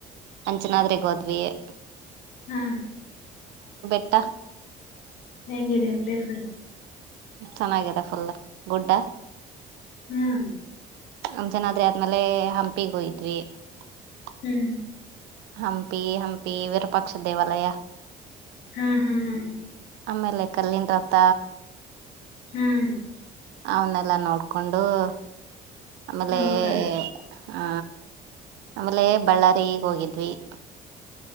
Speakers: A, on the right (about 85°); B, on the left (about 80°).
A: ಅಂಚುನಾಧಾರಿಗೆ, ಹೋದ್ವಿ. <inaudible>
B: ಹ.. <inaudible>
A: ಊಟ. <inaudible>
B: ನನಗೆ, ಡೆಫ್ ಪ್ಲೇಸ್ ಕೊ. <inaudible>
A: ಚೆನ್ನಾಗಿದೆ, ಫುಲ್, ಗುಡ್ಡ. <inaudible>
B: ಹ್ಮ್.. <inaudible>
A: ನಮ್, ಜನಾದ್ರೆ, ಆದ್ಮೇಲೆ, ಹಂಪಿಗೆ ಹೋಯಿದ್ವಿ. <inaudible>
B: ಹ್ಮ್.. <inaudible>
A: ಹಂಪಿ, ಹಂಪಿ, ವಿರಪಾಕ್ಷ, ದೇವಾಲಯ. <inaudible>
B: ಹಹಹಾ. <inaudible>
A: ಆಮೇಲೆ ಕಲ್ಲಿನ್ ರಥ. <inaudible>
B: ಹ್ಮ್
A: ಅವನ್ನೆಲ್ಲಾ, ನೋಡ್ಕೊಂಡು. <inaudible> ಆಮೇಲೆ..
B: ಹೌದಾ
A: <inaudible> ಹಾ, ಆಮೇಲೆ, ಬಳ್ಳಾರಿ, ಹೋಗಿದ್ದು. <inaudible> ವಿ.. <inaudible>